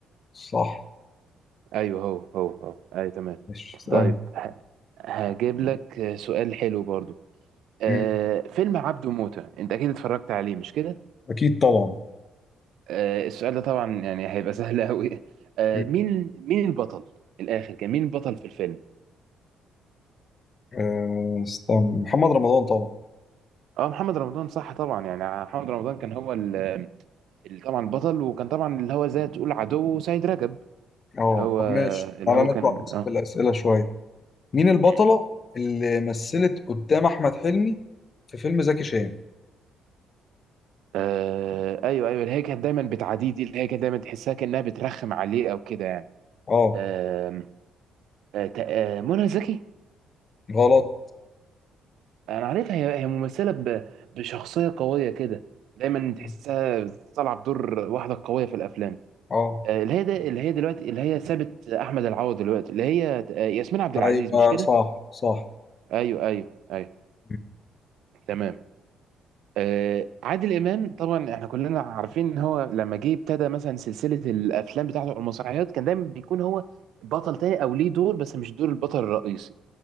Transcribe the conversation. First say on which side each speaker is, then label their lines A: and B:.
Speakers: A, on the left; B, on the right.
A: صح
B: ايوه هو هو هو ايوه تمام
A: مش سهل
B: طيب ه- هجيب لك سؤال حلو برضو آه
A: مم.
B: فيلم عبده موتة انت اكيد اتفرجت عليه مش كده
A: اكيد طبعا
B: آه، السؤال ده طبعا يعني هيبقى سهل قوي آه،
A: مم.
B: مين مين البطل من الاخر كان مين البطل في الفيلم
A: أه استنى محمد رمضان طبعا
B: اه محمد رمضان صح طبعا يعني محمد رمضان كان هو ال- ال- طبعا البطل وكان طبعا اللي هو زي تقول عدو سيد رجب
A: اه
B: اللي هو
A: طب ماشي
B: اللي
A: تعالى
B: هو
A: نطلع
B: كان
A: بس
B: اه
A: في الاسئله شويه مين البطله
B: مم.
A: اللي مثلت قدام احمد حلمي في فيلم زكي شان
B: آه، ايوه ايوه اللي هي كانت دايما بتعاديه دي اللي هي كانت دايما تحسها كانها بترخم عليه او كده يعني
A: اه
B: آم، آه، تق- آه، منى زكي
A: غلط
B: انا عارفها هي هي ممثله ب... بشخصيه قويه كده دايما تحسها
A: مم.
B: طالعه بدور واحده قويه في الافلام
A: اه
B: آه، اللي هي ده اللي هي دلوقتي اللي هي سابت احمد العوض دلوقتي اللي هي آه، ياسمين عبد العزيز
A: ايوه
B: مش كده
A: صح صح
B: ايوه ايوه ايوه
A: مم.
B: تمام آه، عادل امام طبعا احنا كلنا عارفين ان هو لما جه ابتدى مثلا سلسله الافلام بتاعته أو المسرحيات كان دايما بيكون هو بطل تاني او ليه دور بس مش دور البطل الرئيسي